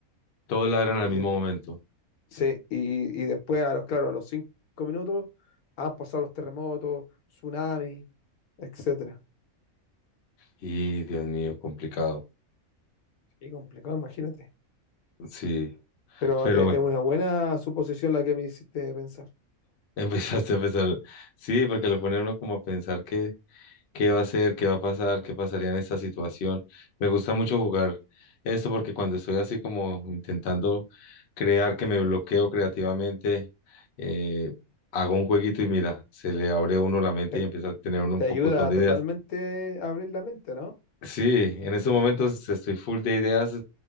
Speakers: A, on the left; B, on the left.
A: todos ladran al
B: Y,
A: mismo
B: de-
A: momento.
B: sí, y, y después, a los, claro, a los cinco minutos han pasado los terremotos, tsunamis, etcétera.
A: Y Dios mío, complicado.
B: Y complicado, imagínate.
A: Sí,
B: Pero
A: pero
B: e-
A: bueno,
B: es una buena suposición la que me hiciste pensar.
A: <laughs> empezaste a pensar. Sí, porque lo pone a uno como a pensar qué, qué va a hacer, qué va a pasar, qué pasaría en esta situación. Me gusta mucho jugar esto porque cuando estoy así como intentando crear que me bloqueo creativamente, eh, hago un jueguito y mira, se le abre a uno la mente
B: Eh,
A: y empieza a tener uno un
B: Te
A: pocotón
B: ayuda
A: de
B: totalmente
A: ideas.
B: a abrir la mente, ¿no?
A: Sí, en estos momentos estoy full de ideas